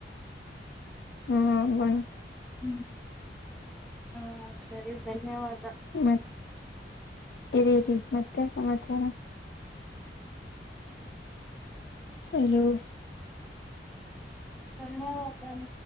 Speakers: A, on the left (about 65°); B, in the centre.
A: ಹ್ಮ ಹೋಗೋಣ
B: ಹ್ಮ್ ಹಾ ಸರಿ ಧನ್ಯವಾದ
A: ಮತ್ ಇರಿ ಇರಿ ಮತ್ತೆನ ಸಮಾಚಾರ ಹಲೋ
B: ಧನ್ಯವಾದ